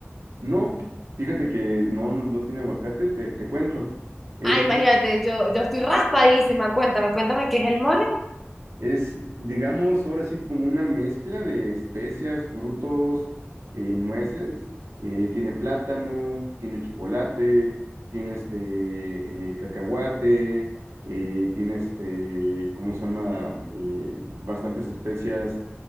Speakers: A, on the right (about 80°); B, in the centre.
A: No, fíjate que no, no, no tiene aguacate, te, te cuento. Es
B: Ah, imagínate, yo, yo estoy raspadísima, cuéntame, cuéntame qué es el mole.
A: Es, digamos, ahora sí como una mezcla de especias, frutos, eh, nueces. Eh, tiene plátano, tiene chocolate, tiene este eh, cacahuate, eh, tiene este, ¿cómo se llama? Eh, bastantes especias